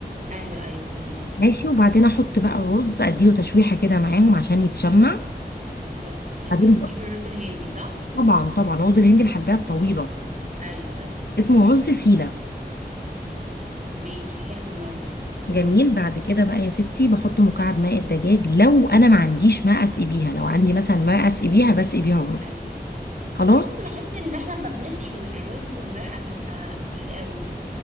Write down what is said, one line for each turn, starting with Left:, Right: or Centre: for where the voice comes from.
Right: ايوه ايوه فاهمك
Left: ماشي وبعدين احط بقى رز اديله تشويحه كده معاهم عشان يتشمع
Right: بالظبط انتي
Left: بعدين
Right: بتجيبي
Left: بقى-
Right: الرز الهندي صح
Left: طبعا طبعا رز الهندي الحبايه الطويله
Right: ايوه ايوه
Left: اسمه رز سيله
Right: ماشي حلو النوع ده
Left: جميل بعد كده بقى يا ستي بحط مكعب ماء الدجاج لو انا ما عنديش ماء اسقي بيها لو عندي مثلا ماء اسقي بيها بسقي بيها رز
Right: ايوه
Left: خلاص
Right: بصي بحس ان احنا لما بنسقي الرز بالمرقة بيبقى تقيل قوي